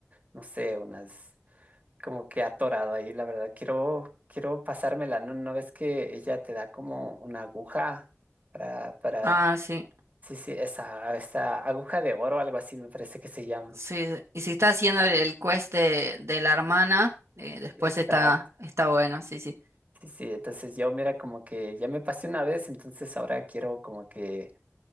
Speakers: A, on the right; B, on the right.
A: no sé, unas, como que atorado ahí, la verdad, quiero, quiero pasármela, ¿no? ¿No ves que ella te da como una aguja para, para,
B: Ah, sí.
A: sí, sí, esa, esta aguja de oro, algo así me parece que se llama?
B: Sí, y si está haciendo el el quest de, de la hermana, eh, después
A: Exacto.
B: está, está bueno, sí, sí.
A: Sí, sí, entonces yo mira como que ya me pasé una vez, entonces ahora quiero como que